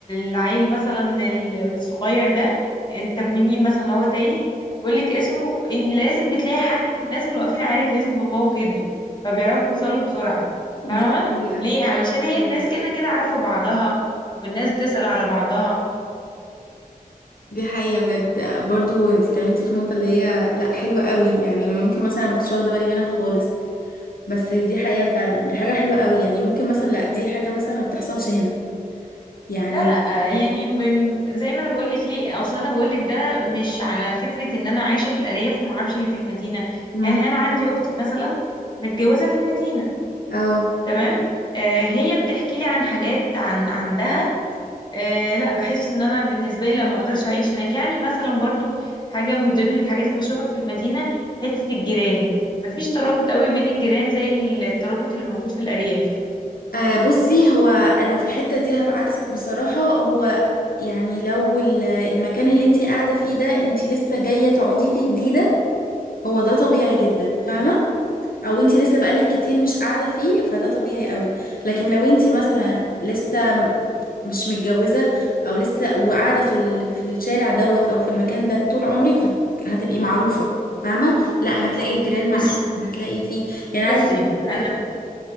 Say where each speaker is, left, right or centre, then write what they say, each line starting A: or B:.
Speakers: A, on the left (about 30°); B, on the left (about 75°).
A: العيل مثلا ال- الصغير ده انت ابن مين مثلا لو هو تايه بيقولك اسمه إن لازم بتلاقي حد في الناس اللي واقفين عارف اسم باباه وجده فبيعرفوا يوصلوا بسرعة فاهمة
B: دي حقيقة
A: ليه علشان هي
B: أيوة.
A: الناس كده كده عارفة بعضها والناس تسأل على بعضها
B: دي حقيقة بجد برضو انت اتكلمتي في نقطة اللي هي لا حلوة قوي يعني ممكن مثلا ما كنتش واخدة بالي منها خالص بس دي حقيقة فعلا دي حاجة حلوة قوي يعني ممكن مثلا لا دي حاجة مثلا ما بتحصلش هنا يعني
A: لا لا آه، يعني م- زي ما انا بقول لك ليه اصل انا بقول لك ده مش على فكره ان انا عايشه في الارياف وما اعرفش اللي في المدينه
B: امم
A: يعني انا عندي اختي مثلا متجوزه في المدينه
B: اه
A: تمام آه هي بتحكي لي عن حاجات عن عندها آه لا بحس ان انا بالنسبه لي لا ما اقدرش اعيش هناك يعني مثلا برضو حاجه من ضمن الحاجات اللي بشوفها في المدينه حته الجيران مفيش ترابط قوي بين الجيران زي الترابط اللي موجود في الارياف
B: آه، بصي هو انا في الحتة دي هبقى عكسك بصراحة هو يعني لو ال- المكان اللي انتي قاعدة فيه ده انتي لسه جاية تقعدي فيه جديدة هو ده طبيعي جدا فاهمة او انتي لسه بقالك كتير مش قاعده فيه فده طبيعي قوي لكن لو انتي مثلا لسه م- مش متجوزه او لسه وقاعده في ال... في الشارع دوت او في المكان ده طول عمرك فهتبقي معروفه فاهمه لا هتلاقي الجيران
A: مش
B: معاكي هتلاقي فيه يعني عايز
A: بصي
B: اقولك
A: انا